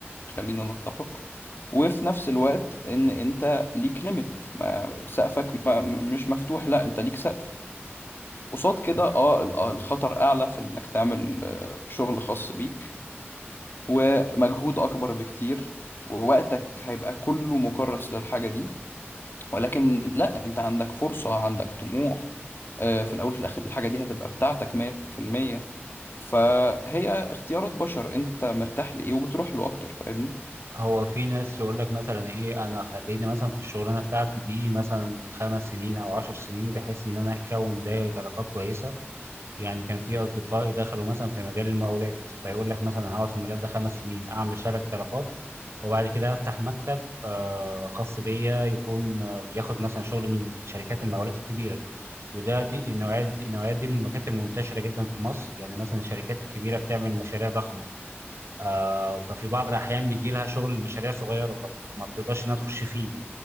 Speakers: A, on the left (about 55°); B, on the right (about 75°).
A: خلينا نتفق وفي نفس الوقت ان انت ليك ليميت ما سقفك ما م- مش مفتوح لا انت ليك سقف قصاد كده اه ال- آه، الخطر اعلى في انك تعمل آه، شغل خاص بيك ومجهود اكبر بكتير ووقتك هيبقى كله مكرس للحاجة دي ولكن لا انت عندك فرصة عندك طموح آه، في الاول وفي الاخر الحاجة دي هتبقى بتاعتك 100% فهي اختيارات بشر انت مرتاح لايه وبتروح له اكتر فاهمني
B: هو في ناس يقول لك مثلا ايه انا خليني مثلا في الشغلانه بتاعتي دي مثلا خمس سنين او عشر سنين بحيث ان انا اكون دايره علاقات كويسه يعني كان في اصدقائي دخلوا مثلا في مجال المقاولات فيقول لك مثلا هقعد في المجال ده خمس سنين اعمل شبكه علاقات وبعد كده افتح مكتب آه، خاص بيا يكون آه، بياخد مثلا شغل من شركات المقاولات الكبيره وده دي النوعيات دي النوعيات دي من المكاتب منتشره جدا في مصر يعني مثلا الشركات الكبيره بتعمل مشاريع ضخمه آه، ففي بعض الاحيان بيجي لها شغل المشاريع صغيره فما ما بتقدرش انها تخش فيه